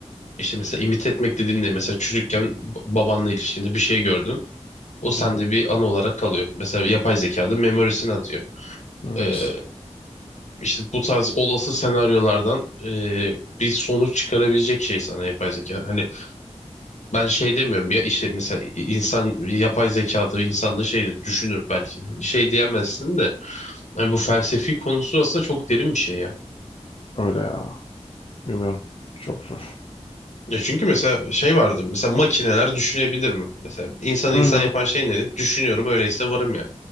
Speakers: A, on the left; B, on the left.
A: işte mesela imit etmek dediğin de mesela çocukken b- babanla ilişkinde bir şey gördün. O sende
B: hı hı.
A: bir anı olarak kalıyor. Mesela yapay zekada memorisini atıyor.
B: Evet.
A: E, işte bu tarz olası senaryolardan e, bir sonuç çıkarabilecek şey sana yapay zeka. Hani ben şey demiyorum ya işte mesela insan yapay zekada insan da şeydir düşünür belki. Şey diyemezsin de Yani bu felsefi konusu aslında çok derin bir şey ya.
B: Öyle ya. Bilmiyorum. Çok zor.
A: Ya çünkü mesela şey vardı. Mesela makineler düşünebilir mi? Mesela insanı
B: Hı
A: insan
B: hı.
A: yapan şey nedir? Düşünüyorum öyleyse varım ya.